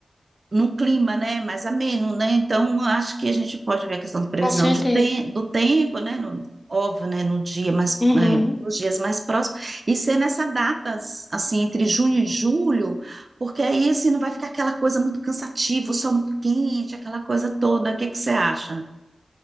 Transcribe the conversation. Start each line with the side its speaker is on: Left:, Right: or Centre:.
Right: num clima, né, mais ameno, né? Então, acho que a gente pode ver a questão da previsão
Left: com certeza.
Right: de tem- do tempo, né? no- óbvio, né? No dia mais,
Left: Uhum.
Right: eh, nos dias mais próximos, e ser nessa datas, assim, entre junho e julho, porque aí, assim, não vai ficar aquela coisa muito cansativa, o sol muito quente, aquela coisa toda. O que que você acha?